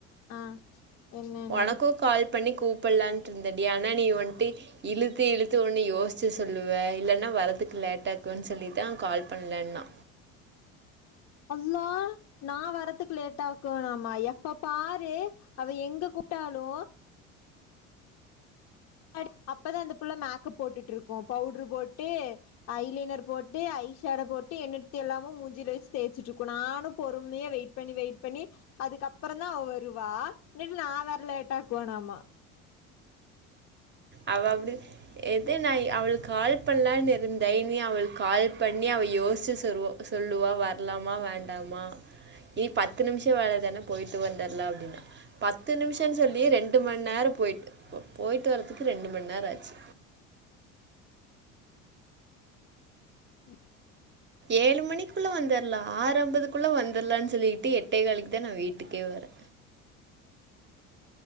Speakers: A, on the left; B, on the right.
A: ஆ என்னன்னு
B: ஒனக்கு கால் பண்ணி கூப்பல்லான்ட்டு இருந்த டி அனா நீ வன்ட்டு இழுத்து இழுத்து ஒன்னு யோஸ்ச்சு சொல்லுவ இல்லன்னா வரதுக்கு லேட்டாக்குன் சொல்லிதா கால் பண்லண்ணா
A: அல்லா நா வரத்துக்கு லேட்டாக்குனாமா எப்ப பாரு அவ எங்க கூப்ட்டாலு அடி அப்பதா அந்த புள்ள மேக்கப் போட்டுட்ருக்கு பவுரு போட்டு ஐ லைனர் போட்டு ஐ ஷேடோ போட்டு என்னுட் தெல்லாமு மூஞ்சீல வெச் தேச்சிட்ருக்கோனு நானு பொறுமையா வெயிட் பண்ணி வெயிட் பண்ணி அதுக்கப்பறோ தா அவ வருவா நில் நா வர லேட்டாக்குவனாமா
B: அவ அப்படித எது நாய் அவளுக் கால் பண்லான்னு இருந்த இனி அவளுக் கால் பண்ணி அவ யோஸ்ச்சி சொருவோ சொல்லுவா வரலாமா வேண்டாமா நீ பத்து நிம்ஷோ வேல தான போய்ட்டு வந்தர்லா அப்டின்னா பத்து நிம்ஷன்னு சொல்லியே ரெண்டு மண் நேர போய்ட்டு போய்ட்டு வரதுக்கு ரெண்டு மண் நேர ஆச்சு
A: உ
B: ஏழு மணிக்குள்ள வந்தர்லா ஆரம்பதுக்குள்ள வந்தர்லான் சொல்லிட்டு எட்டே காலுக்கு தா நா வீட்டுக்கே வரே